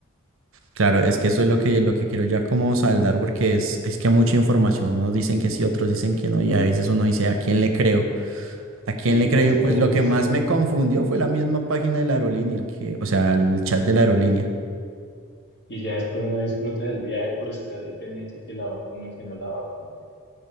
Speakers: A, on the right; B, on the left.
A: Claro, es que eso es lo que, lo que quiero ya como saldar porque es, es que mucha información, unos dicen que sí, otros dicen que no y a veces uno dice, ¿a quién le creo? ¿A quién
B: Y
A: le
B: ya
A: creo?
B: después
A: Y pues lo que más me confundió fue la misma página de la aerolínea, que, o sea, el chat de la aerolínea.
B: Y ya después no disfruta del viaje por estar ahí pendiente que la vacune, que no la vacune.